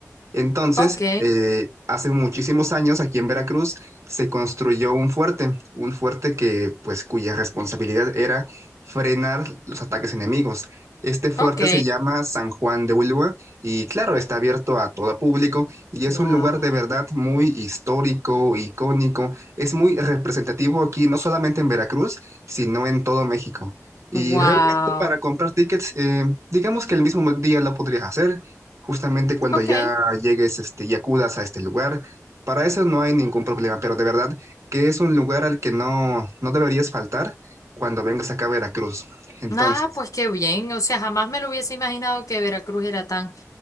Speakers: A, on the right (about 65°); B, on the left (about 85°).
A: Entonces,
B: Ok,
A: eh, hace muchísimos años aquí en Veracruz se construyó un fuerte, un fuerte que, pues, cuya responsabilidad era frenar los ataques enemigos. Este fuerte
B: ok.
A: se llama San Juan de Ulúa y claro, está abierto a todo público y es
B: Wow.
A: un lugar de verdad muy histórico, icónico, es muy representativo aquí, no solamente en Veracruz, sino en todo México. Y
B: Wow.
A: realmente para comprar tickets, eh, digamos que el mismo día lo podrías hacer, justamente cuando
B: Ok.
A: ya llegues este, y acudas a este lugar. Para eso no hay ningún problema, pero de verdad que es un lugar al que no, no deberías faltar cuando vengas acá a Veracruz. Entonces,
B: Ah, pues qué bien. O sea, jamás me lo hubiese imaginado que Veracruz era tan,